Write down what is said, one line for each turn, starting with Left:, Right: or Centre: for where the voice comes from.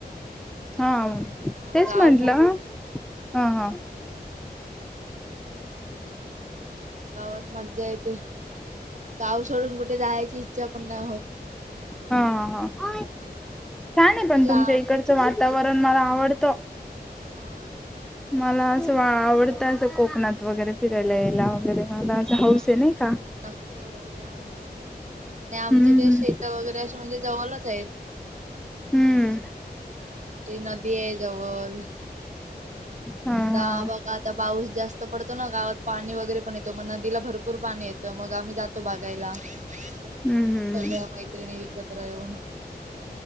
Centre: हा
Right: हा
Centre: तेच
Right: गाव
Centre: म्हंटलं
Right: मोठ
Centre: हा हा
Right: तुमच्या गावात मज्जा येते गाव सोडून कुठे जायची इच्छा पण नाही होत
Centre: हा हा हा छान
Right: ते
Centre: आहे
Right: कशी
Centre: पण तुमच्या
Right: लहान
Centre: इकडचं वातावरण मला आवडतं
Right: हा
Centre: मला असं आवडत
Right: चांगलं आहे
Centre: अस कोकणात वगैरे फिरायला यायला वगैरे मला असं
Right: या
Centre: हौस
Right: आमच्या
Centre: आहे नाही का.
Right: इथे नक्ती हो या नक्ती आणि आमच्या
Centre: हम्म
Right: ते शेता वगैरे असे म्हणजे जवळलाच आहेत
Centre: हम्म
Right: सगळ्या गोष्टी नदी आहे जवळ
Centre: हा हा
Right: आता बघा आता पाऊस जास्त पडतो ना गावात पाणी वगैरे पण येतो मग नदीला भरपूर पाणी येतं मग आम्ही जातो बघायला सगळ्या
Centre: हम्म हम्म.
Right: मैत्रिणी एकत्र येऊन